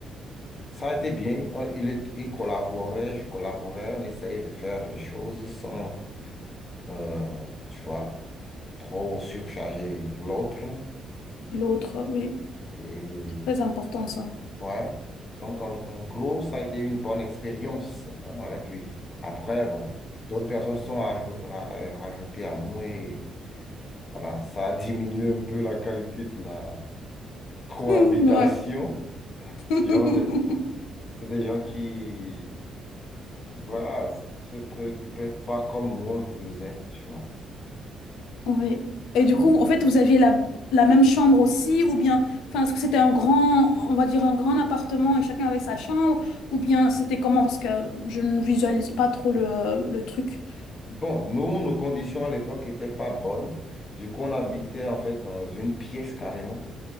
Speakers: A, on the left (about 35°); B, on the left (about 85°).
A: ça a été bien. On- il, est- il collaborait, je collaborais, on essayait de faire les choses sans, euh, tu vois. trop surcharger l'autre.
B: L'autre, oui.
A: Et
B: Très important ça.
A: ouais. Donc, en, en gros, ça a été une bonne expérience hein, avec lui. Après, bon, d'autres personnes sont ajou- ra- euh, rajoutées à nous et voilà, ça a diminué un peu la qualité de la cohabitation.
B: Hmm, Ouais. <laughs>
A: Genre de- c'est des gens qui, voilà, s- se préoccupaient pas comme nous on le faisait, tu vois.
B: Oui. Et
A: Et
B: du coup, en fait, vous aviez la, la même chambre aussi, ou bien, enfin, est-ce que c'était un grand, on va dire un grand appartement et chacun avait sa chambre, ou bien c'était comment? Parce que je ne visualise pas trop le, le truc.
A: bon, nous, nos conditions à l'époque n'étaient pas bonnes. Du coup, on habitait en fait dans une pièce carrément.